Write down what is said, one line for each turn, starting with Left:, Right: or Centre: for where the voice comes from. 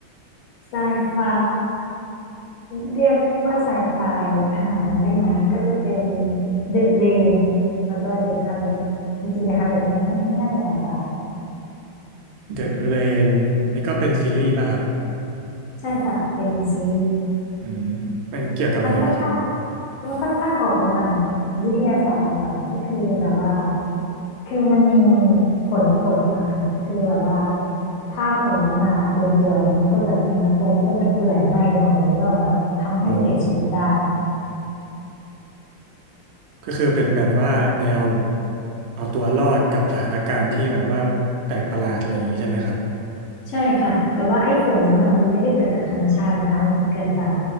Left: ไซไฟเรียกว่าไซไฟขนาดนั้นได้ไหมก็จะเป็นเดอะเลนแล้วก็เดอะฮันเลตจริงๆเดอะฮันเลตเนี่ยไม่ไม่น่าจะไซไฟ
Right: The Rain นี่ก็เป็นซีรีส์ป่ะครับ
Left: ใช่ค่ะเป็นซี
Right: อืมมันเกี่ยวกับอะไรเหรอครับ
Left: มันค่อนข้างมันค่อนข้างออกไปทางวิทยาศาสตร์หน่อยๆก็คือแบบว่าคือมันมีฝนกดมาค่ะคือแบบว่าถ้าฝนนั้นมาโดนตัวเนี่ยมันก็จะเนื้อตัวมันก็จะเปื่อยไหม้ไปหมดเลยแล้วก็แบบว่าทำให้เสียชีวิตได้
Right: โอ้ก็คือเป็นแบบว่าแนวเอาตัวรอดกับสถานการณ์ที่แบบว่าแปลกประหลาดอะไรอย่างนี้ใช่ไหมครับ
Left: ใช่ค่ะแต่ว่าไอ้ฝนนั้นอ่ะมันไม่ได้เกิดจากธรรมชาตินะคะมันเกิดจาก